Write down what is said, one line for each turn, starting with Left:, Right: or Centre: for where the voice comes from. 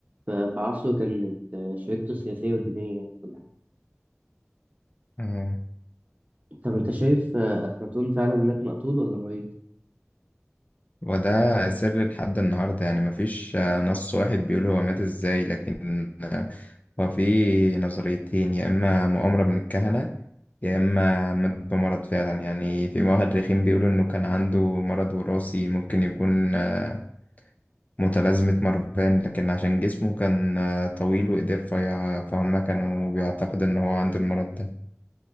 Right: ف- في عصره كانت آه، شريكته السياسية والدينية يعني في كل حاجة
Left: آه.
Right: طب أنت شايف آه، أخناتون فعلا مات مقتول ولا مريض؟
Left: وده سر لحد النهاردة يعني مفيش آه، نص واحد بيقول هو مات إزاي لكن آه، هو في نظريتين يا إما مؤامرة من الكهنة يا إما مات بمرض فعلا يعني في مؤرخين بيقولوا إنه كان عنده مرض وراثي ممكن يكون آه، متلازمة مارفان لكن عشان جسمه كان آه، طويل وإيديه رفيعة فهم كانوا بيعتقد إن هو عنده المرض ده